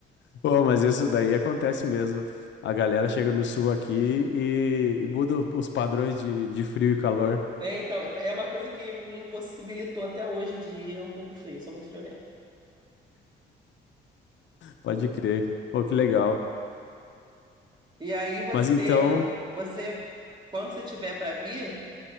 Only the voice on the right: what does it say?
É, então, é é uma coisa que me impossibilitou até hoje de ir, é um pouco frio, eu sou muito friorenta.
E aí você,
você, quando você tiver para vir,